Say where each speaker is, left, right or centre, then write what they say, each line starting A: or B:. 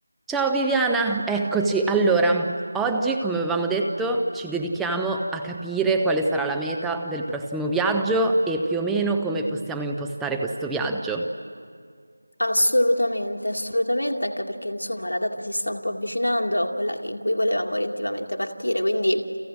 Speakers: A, in the centre; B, on the left.
A: Ciao Viviana, eccoci. Allora, oggi, come avevamo detto, ci dedichiamo a capire quale sarà la meta del prossimo viaggio e più o meno come possiamo impostare questo viaggio.
B: Assolutamente, assolutamente, anche perché insomma la data si sta un po' avvicinando a quella che- in cui volevamo orientativamente partire, quindi